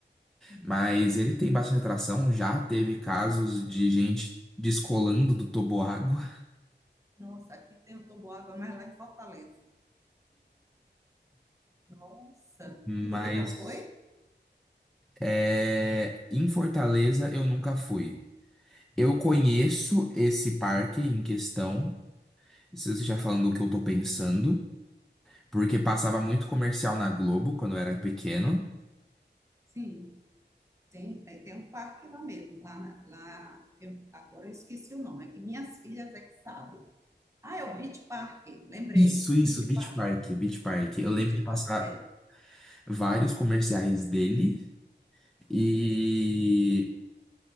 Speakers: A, on the right; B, in the centre.
A: Hum.
B: Mas ele tem bastante atração, já teve casos de gente descolando do toboágua,
A: Nossa, aqui tem o Toboágua, mas lá em Fortaleza. Nossa.
B: mas
A: E você já foi?
B: é, em Fortaleza eu nunca fui. Eu conheço esse parque em questão, se você já falando o que eu tô pensando, porque passava muito comercial na Globo quando eu era pequeno.
A: Sim. Tem, é, tem um parque lá mesmo, lá, na- lá que eu- agora eu esqueci o nome, é que minhas filhas é que sabem. Ah, é o Beach Park, lembrei.
B: Isso, isso,
A: Beach
B: Beach
A: Park.
B: Park, Beach Park. Eu
A: Beach
B: lembro de passar
A: Park, é.
B: vários comerciais dele e